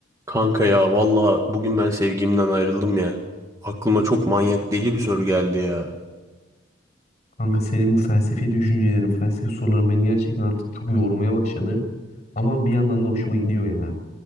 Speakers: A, on the right; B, on the left.
A: Kanka ya valla bugün ben sevgimden ayrıldım ya. Aklıma çok manyak deli bir soru geldi ya.
B: Kanka senin bu felsefi düşüncelerin, felsefi soruların beni gerçekten artık çok yormaya başladı. Ama bir yandan da hoşuma gidiyor ya.